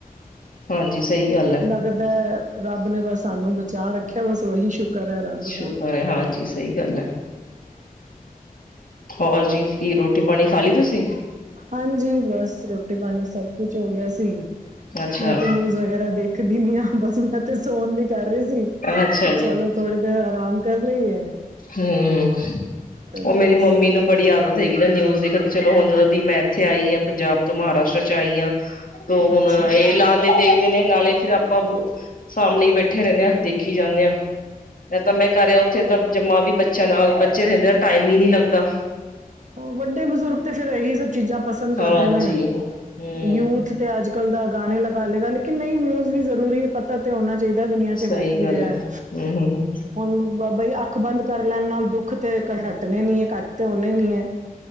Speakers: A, on the left; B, on the right.
A: ਹਾਂਜੀ ਸਹੀ
B: ਤੇ
A: ਗੱਲ ਹੈ
B: ਲੱਗਦਾ ਐ ਰੱਬ ਨੇ ਬਸ ਸਾਨੂੰ ਬਚਾ ਰੱਖਿਆ। ਬਸ ਓਹੀ ਸ਼ੁਕ ਕਰ ਐ ਰੱਬ
A: ਸ਼ੁਕਰ
B: ਦਾ।
A: ਹੈ ਹਾਂਜੀ ਸਹੀ ਗੱਲ ਹੈ ਹੋਰ ਜੀ। ਕੀ ਰੋਟੀ ਪਾਣੀ ਖਾ ਲੀ ਤੁਸੀ?
B: ਹਾਂਜੀ। ਬਸ ਰੋਟੀ ਪਾਣੀ ਸਭ ਕੁਛ ਹੋ ਗਿਆ ਸੀ।
A: ਅੱਛਾ
B: ਮੈਂ ਤੇ ਨਿਊਜ਼ ਵਗੈਰਾ ਦੇਖਦੀ ਨੀ ਆ। ਬਸ ਮੈਂ, ਤੇ ਸੋਣ ਦੀ ਕਰ ਰਹੀ ਸੀ
A: ਅੱਛਾ
B: ਕਿ ਚਲੋ ਥੋੜੀ ਦੇਰ ਆਰਾਮ ਕਰ ਲਈਏ।
A: ਹੂੰ।
B: ਤੇ
A: ਓ ਮੇਰੀ
B: ਬਸ
A: ਮੰਮੀ ਨੂੰ ਬੜੀ ਆਦਤ ਹੈਗੀ ਨਾ ਨਿਊਜ਼ ਦੇਖਣ ਦੀ। ਚਲੋ ਹੁਣ ਜਦੋਂ ਦੀ ਮੈਂ, ਏਥੇ ਆਈ ਆਂ ਪੰਜਾਬ ਤੋਂ ਮਹਾਰਾਸ਼ਟਰ ਚ, ਆਈ ਆਂ। ਤੋ ਹੁਣ
B: ਅੱਛਾ ਜੀ।
A: ਏ ਲਾਂਦੇ ਦੇ ਨੇ ਨਾਲੇ ਫਿਰ ਆਪਾਂ ਸਾਮਣੇ ਈ ਬੈਠੇ ਰਹਿੰਨੇ ਆਂ। ਦੇਖੀ ਜਾਂਨੇ ਆਂ। ਤਾਂ ਮੈਂ ਕਰਿਆ ਔਥੇ ਤਾਂ ਜੰਮਾ ਵੀ ਬੱਚਿਆਂ ਨਾਲ ਬੱਚੇ ਰਹਿੰਦੇ ਆ ਟਾਈਮ ਈ, ਨੀ ਲੱਗਦਾ।
B: ਵੱਡੇ ਬਜ਼ੁਰਗ ਤੇ ਫੇਰ ਏਈ ਸਭ ਚੀਜ਼ਾਂ ਪਸੰਦ ਕਰਦੇ
A: ਹਾਂਜੀ
B: ਨੇ।
A: ਹਮ
B: ਯੂਥ ਤੇ ਅੱਜ-ਕੱਲ ਦਾ ਗਾਣੇ ਲਗਾ ਲੇਗਾ। ਲੇਕਿਨ ਨਈ ਨਿਊਜ਼ ਵੀ ਜ਼ਰੂਰੀ ਏ ਪਤ ਤਾ ਤੇ ਹੋਣਾ ਚਾਹੀਦਾ ਦੁਨੀਆਂ ਚ
A: ਸਹੀ
B: ਹੋ ਕੀ
A: ਗੱਲ
B: ਰਿਹਾ
A: ਹੈ
B: ਐ।
A: ਹਮ ਹਮ ਹਮ
B: ਹੁਣ ਬਾਈ ਅੱਖ ਬੰਦ ਕਰ ਲੈਣ ਨਾਲ ਦੁੱਖ ਤੇ, ਕਈ ਹੱਟਣੇ ਨੀ ਐ ਘੱਟ ਤੇ ਹੋਣੇ ਨੀ ਐ।